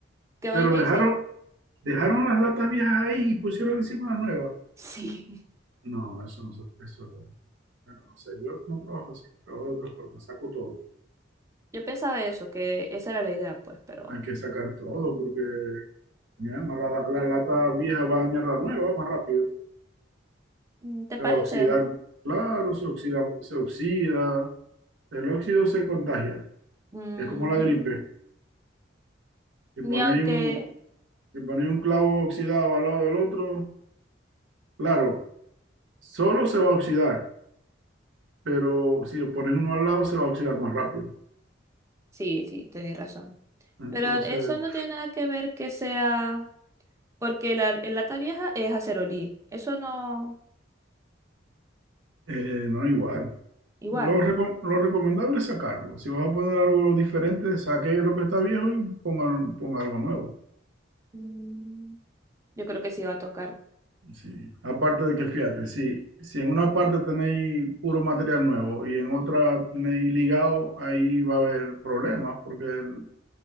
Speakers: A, on the right (about 15°); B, on the right (about 75°).
A: Que a
B: Pero
A: mí me
B: dejaron,
A: dice,
B: dejaron las latas viejas ahí y pusieron encima las nuevas.
A: sí. <laughs>
B: No, eso no se eso, bueno, no sé, yo no trabajo así, trabajo de otra forma, saco todo.
A: Yo pensaba eso, que esa era la idea, pues, pero
B: Hay que sacar todo porque mira, no, la, la lata vieja va a dañar la nueva más rápido,
A: mm, ¿te
B: se
A: parece?
B: va a oxidar. Claro, se oxida, se oxida, el óxido se contagia,
A: Mm,
B: es como la gripe. Si ponéis
A: ni aunque...
B: un, y poner un clavo oxidado al lado del otro, claro, solo se va a oxidar, pero si lo pones uno al lado se va a oxidar más rápido.
A: Sí, sí, tenéis razón.
B: Entonces,
A: Pero eso no tiene nada que ver que sea Porque la, el lata vieja es acerolí. Eso no,
B: eh, no es igual.
A: igual.
B: Lo, reco- lo recomendable es sacarlo. Si vas a poner algo diferente, saque lo que está viejo y ponga, ponga algo nuevo.
A: Mm, Yo creo que sí va a tocar.
B: Sí. Aparte de que, fíjate, si, si en una parte tenéis puro material nuevo y en otra tenéis ligado, ahí va a haber problemas porque el-